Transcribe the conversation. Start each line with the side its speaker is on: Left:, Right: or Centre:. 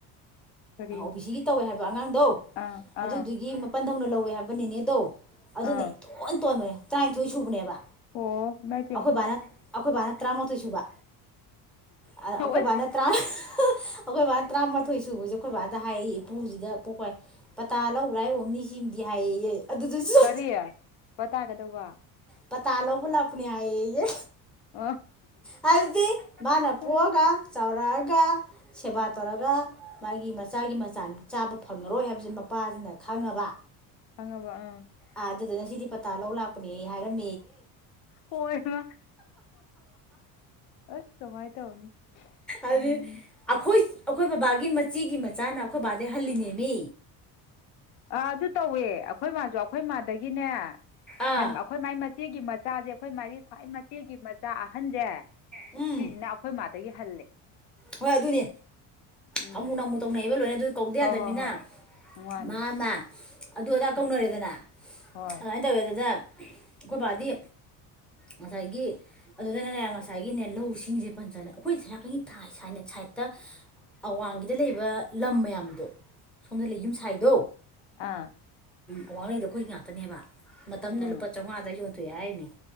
Left: ꯀꯔꯤ
Centre: ꯑꯣ ꯕꯤ ꯁꯤꯒꯤ ꯇꯧꯋꯦ ꯍꯥꯏꯕ ꯑꯉꯥꯡꯗꯣ
Left: ꯑꯥ
Centre: ꯑꯗꯨꯗꯨꯒꯤ
Left: ꯑꯥ
Centre: ꯃꯄꯟꯗꯧꯅ ꯂꯧꯋꯦ ꯍꯥꯏꯕ ꯅꯤꯅꯦ ꯡꯗꫭ ꯑꯗꯨꯅ
Left: ꯑꯥ
Centre: ꯏꯇꯣꯟ ꯇꯣꯟꯕꯅꯦ ꯇꯔꯥꯅꯤꯊꯣꯏ ꯁꯨꯕꯅꯦꯕ
Left: ꯑꯣ ꯏꯃꯥꯏꯄꯦꯝꯃ
Centre: ꯑꯩꯈꯣꯏ ꯕꯥꯅ ꯑꯩꯈꯣꯏ ꯕꯥꯅ ꯇꯔꯥꯃꯥꯊꯣꯏ ꯁꯨꯕ ꯑꯗ ꯑꯩꯈꯣꯏ
Left: ꯑꯁ
Centre: ꯕꯥꯅ ꯇꯔꯥꯃ ꯑꯩꯈꯣꯏ ꯕꯥꯅ ꯇꯔꯥꯃꯥꯊꯣꯏ ꯁꯨꯕꯁꯦ ꯑꯩꯈꯣꯏ ꯕꯥꯗ ꯍꯥꯏ ꯏꯄꯨꯁꯤꯗ ꯄꯣꯛꯄ ꯄꯇꯥ ꯂꯧꯕ ꯂꯥꯛꯏ ꯑꫭꯏꯔꯝꯅꯤ ꯁꯤꯃꯗꯤ ꯍꯥꯏꯌꯦꯌꯦ ꯑꯗꯨꯗꯨꯁꯨ
Left: ꯀꯔꯤ ꯄꯇꯥꯒꯗꯧꯕ
Centre: ꯄꯇꯥ ꯂꯧꯕ ꯂꯥꯛꯄꯅꯤ ꯍꯥꯏꯌꯦ
Left: ꯑꯣ
Centre: ꯍꯥꯏꯗꯤ ꯃꯥꯅꯄꫭꯛꯑꯒ
Left: ꯎꯝ
Centre: ꯆꯥꯎꯔꯛꯑꯒ ꯁꯦꯕꯥ ꯇꯧꯔꯒ ꯃꯥꯒꯤ ꯃꯆꯥꯒꯤ ꯃꯆꯥꯥ ꯆꯥꯕ ꯐꯪꯉꯔꯣꯏ ꯍꯥꯏꯕꯁꯤ ꯃꯄꯥꯁꯤꯅ ꯈꯪꯉꯕ
Left: ꯈꯪꯉꯕ ꯑꯥ
Centre: ꯑꯥ ꯑꯗꯨꯗꯅ ꯁꯤꯗꯤ ꯄꯇꯥ ꯂꯧ ꯂꯥꯛꯄ ꯄꯅ‌ꯦ ꯍꯥꯏꯔꯝ
Left: ꯍꯃ ꯑꯁ ꯀꯃꯥꯏ ꯇꯧꯅꯤ <unintelligible>
Centre: ꯑꯗꯨ
Left: ꯎꯝ
Centre: ꯑꯩꯈꯣꯏ ꯑꯩꯈꯣꯏ ꯕꯕꯥꯒꯤ ꯃꯆꯤꯒꯤ ꯃꯆꯥꯅ ꯑꯩꯈꯣꯏ ꯕꯕꯥꯗꯩ ꯍꯜꯂꯤꯅꯦꯃꯤ
Left: ꯑꯥ ꯑꯗꯨ ꯇꯧꯋꯦ ꯑꯩꯈꯣꯏ ꯃꯥꯁꯨ ꯑꯩꯈꯣꯏ ꯃꯥꯗꯒꯤꯅꯦ ꯑꯩꯈꯣꯏ
Centre: ꯑꯥ
Left: ꯃꯥꯏ ꯃꯆꯦꯒꯤ ꯃꯆꯥꯁꯦ ꯑꯩꯈꯣꯏ ꯃꯥꯥꯏꯒꯤ ꯈ꯭ꯋꯥꯏ ꯃꯆꯦꯒꯤ ꯃꯆꯥ ꯑꯍꯟꯁꯦ
Centre: ꯎꯝ
Left: ꯁꯤꯁꯤꯅ ꯑꯩꯈꯣꯏ ꯃꯥꯗꯒꯤ ꯍꯜꯂꯦ
Centre: ꯍꯣꯏ ꯑꯗꯨꯅꯦ
Left: ꯎꯝ
Centre: ꯊꯃꯨ ꯅꯃꯨ ꯇꯧꯅꯩꯑꯕ ꯂꯣꯏꯅ ꯑꯗꯨ ꯀꯧꯗ
Left: ꯍꯣꯏ
Centre: ꯌꯥꯗꯕꯅꯤꯅ
Left: ꯍꯣꯏ ꯍꯣꯏ ꯃꯥꯅꯤ
Centre: ꯃꯥ ꯃꯥ ꯑꯗꯨ ꯑꯗꯥ ꯀꯧꯅꯔꯦꯗꯅ
Left: ꯎꯝ ꯍꯣꯏ
Centre: ꯑꯗꯨꯃꯥꯏꯅ ꯇꯧꯋꯦ ꯑꯗꯨꯗ ꯑꯩꯈꯣꯏ ꯕꯥꯗꯤ ꯉꯁꯥꯏꯒꯤ ꯑꯗꯨꯗꯅꯅꯦ ꯉꯁꯥꯏꯒꯤꯅꯦ ꯂꯧ ꯁꯤꯡꯁꯦ ꯄꯟꯖꯅꯦ ꯑꯩꯈꯣꯏ ꯁꯦꯔꯥꯛꯀꯟꯒꯤ ꯊꯥꯏ ꯁꯥꯏꯠꯇ ꯑꯋꯥꯡꯒꯤꯗ ꯂꯩꯕ ꯂꯝ ꯃꯌꯥꯝꯗꯣ ꯁꯣꯝꯗ ꯂꯩ ꯌꯨꯝꯁꯥꯏꯗꯣ
Left: ꯑꯥ
Centre: ꯑꯋꯥꯡꯂꯩꯗꫭ ꯑꯩꯈꯣꯏ ꯉꯥꯛꯇꯅꯦꯕ ꯃꯇꯝꯗꯨꯗ
Left: ꯎꯝ
Centre: ꯂꯨꯄꯥ ꯆꯥꯝꯃꯉꯥꯗ ꯌꯣꯟꯊꯣꯛꯑꯦ ꯍꯥꯏꯔꯤꯅꯤ